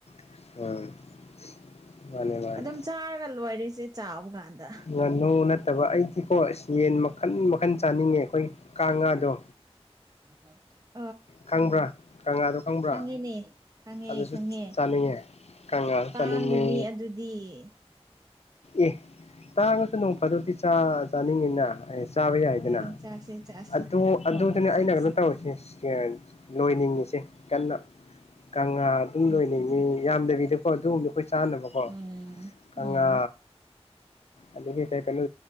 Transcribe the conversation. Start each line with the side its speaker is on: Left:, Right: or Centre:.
Left: <unintelligible> ꯃꯥꯅꯦ ꯃꯥꯅꯦ
Right: ꯑꯗꯨꯝ ꯆꯥꯔꯒ ꯂꯣꯏꯔꯤꯁꯦ ꯆꯥꯎꯕ ꯀꯥꯟꯗ
Left: ꯉꯥꯅꯨ ꯅꯠꯇꯕ ꯑꯩꯗꯤꯀꯣ ꯌꯦꯟ ꯃꯈꯟ ꯃꯈꯟ ꯆꯥꯅꯤꯡꯉꯦ ꯑꯩꯈꯣꯏ ꯀꯥꯡ ꯉꯥꯗꯣ
Right: ꯌꯥ <unintelligible>
Left: ꯈꯪꯕ꯭ꯔꯥ ꯀꯪꯉꯥꯗꯣ ꯈꯪꯕ꯭ꯔꯥ
Right: ꯈꯪꯉꯤꯅꯦ ꯈꯪꯉꯦ
Left: ꯑꯗꯨꯁꯨ
Right: ꯈꯪꯉꯦ
Left: ꯆꯥꯅꯤꯡꯉꯦ ꯀꯉꯥ
Right: ꯇꯥꯡꯒꯅꯤ
Left: ꯆꯅꯤꯡꯉꯦ
Right: <unintelligible>
Left: ꯑꯦ ꯇꯥꯡꯉꯥꯁꯨ ꯅꯣꯡ ꯐꯥꯗꯣꯛꯗꯤ ꯆꯥ ꯆꯥꯅꯤꯡꯉꯤꯅ <unintelligible> ꯆꯥꯕ ꯌꯥꯏꯗꯅ
Right: ꯎꯝ ꯆꯥꯁꯦ ꯆꯥꯁꯦ
Left: ꯑꯗꯨ ꯑꯗꯨꯗꯥꯅꯦ
Right: ꯅꯣꯡꯃ
Left: ꯑꯩꯅ
Right: ꯆꯥꯁꯦ
Left: ꯀꯩꯅꯣ ꯇꯧꯔꯁꯦ <unintelligible> ꯂꯣꯏꯅꯤꯡꯉꯤꯁꯦ ꯀꯟꯅ ꯀꯪꯂꯥ ꯑꯗꯨꯝ
Right: ꯎꯝ
Left: ꯂꯣꯏꯅꯤꯡꯉꯤ ꯌꯥꯝꯗꯕꯤꯗ ꯑꯣ ꯑꯗꯨꯒꯨꯝꯕ ꯑꯩꯈꯣꯏ ꯆꯥꯅꯕꯀꯣ
Right: ꯎꯝ
Left: ꯑꯪꯂꯥ
Right: ꯎꯝ
Left: ꯑꯗꯒꯤ ꯀꯩ ꯀꯩꯅꯣ